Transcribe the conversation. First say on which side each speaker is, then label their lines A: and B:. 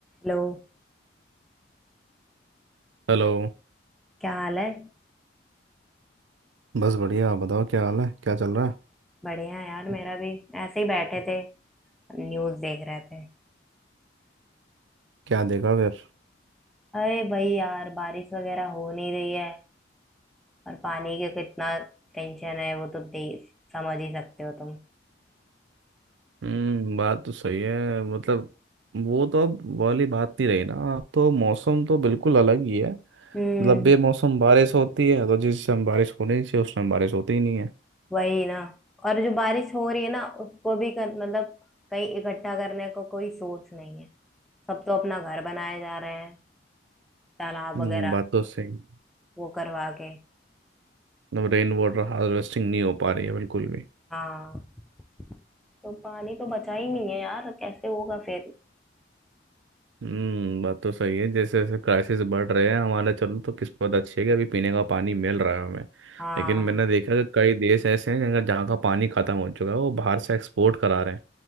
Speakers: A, in the centre; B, on the right.
A: Hello
B: Hello
A: क्या हाल है
B: बस बढ़िया आप बताओ क्या हाल है क्या चल रहा है
A: बढ़िया है यार मेरा भी ऐसे ही बैठे थे न्यूज़ देख रहे थे
B: क्या देखा फिर
A: अरे भाई यार बारिश वगैरह हो नहीं रही है और पानी का कितना टेंशन है वो तो दे समझ ही सकते हो तुम
B: हम्म बात तो सही है मतलब वो तो अब वाली बात नहीं रही ना अब तो मौसम तो बिल्कुल अलग ही है
A: हम्म
B: मतलब बेमौसम बारिश होती है तो जिस टाइम बारिश होनी चाहिए उस टाइम बारिश होती ही नहीं है
A: वही ना और जो बारिश हो रही है ना उसको भी कर, मतलब कहीं इकट्ठा करने को कोई सोच नहीं है सब तो अपना घर बनाए जा रहे हैं तालाब
B: हम्म
A: वगैरह
B: बात तो सही
A: वो करवा के
B: मतलब रेन वाटर हार्वेस्टिंग नहीं हो पा रही है बिल्कुल भी
A: हाँ तो पानी तो बचा ही नहीं है यार कैसे होगा फिर
B: हम्म बात तो सही है जैसे जैसे क्राइसिस बढ़ रहे हैं हमारा चलो तो किस्मत अच्छी है कि अभी पीने का पानी मिल रहा है हमें
A: हाँ
B: लेकिन मैंने देखा कि कई देश ऐसे हैं जगह जहाँ का पानी खत्म हो चुका है वो बाहर से एक्सपोर्ट करा रहे हैं